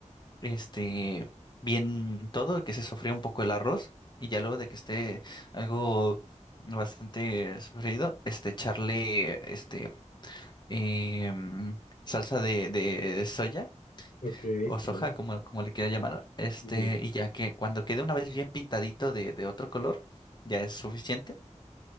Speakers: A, on the left (about 35°); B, on the left (about 80°).
A: este, bien todo, que se sofría un poco el arroz y ya luego de que esté algo bastante sofrido, este, echarle, este, em, salsa de, de soya
B: ok,
A: o
B: sí,
A: soja,
B: ¿no?
A: como, como le quiera llamar. Este,
B: Ok,
A: y ya que cuando quede una vez bien pintadito de, de otro color, ya es suficiente.